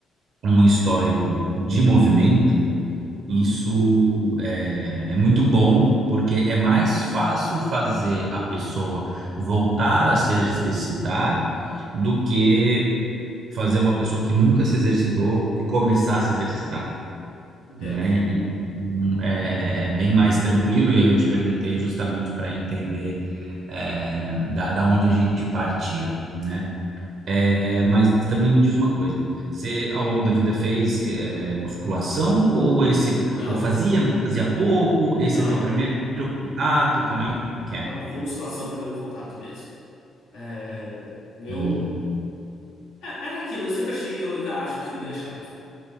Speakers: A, on the right (about 65°); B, on the left (about 85°).
A: um histórico de movimento,
B: uhum,
A: isso é, é muito bom, porque é mais fácil fazer a pessoa voltar a se exercitar do que fazer uma pessoa que nunca se exercitou começar a se exercitar.
B: entendo.
A: né? Então, é, é bem mais tranquilo, e aí eu te perguntei justamente para entender é, da, da onde a gente partia, né? É, é, mas também me diz uma coisa, você ao longo da vida fez é, é, musculação ou esse
B: Não,
A: ou fazia, mas fazia pouco? Esse
B: não.
A: é teu primeiro contato? Como é que é?
B: Não, com musculação é o primeiro contato mesmo. É, meu
A: Hum,
B: É, Era aquilo, eu sempre achei, eu ainda acho academia chato.